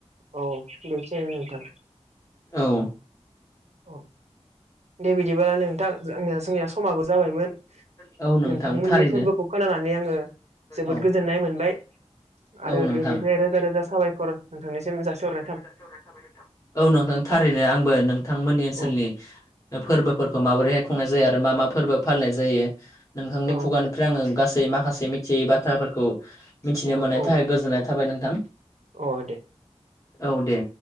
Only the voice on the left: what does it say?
औ ओ
औ नोंथां
थारैनो
औ
औ नोंथां
खुलुमनाय जासिहरनाय थाबाय नोंथां। औ नोंथां थारैनो आंबो नोंथांमोननि ओनसोलनि
फोरबोफोरखौ माबोरैहाय खुंनाय जायो आरो मा मा फोरबो फालिनाय जायो? नोंथांनि
खुगानिफ्राय आङो गासै जै माखासे मिथियै बाथ्राफोरखौ मिथिनो
मोननायनि
थाखाय गोजोननाय थाबाय नोंथां।
औ दे।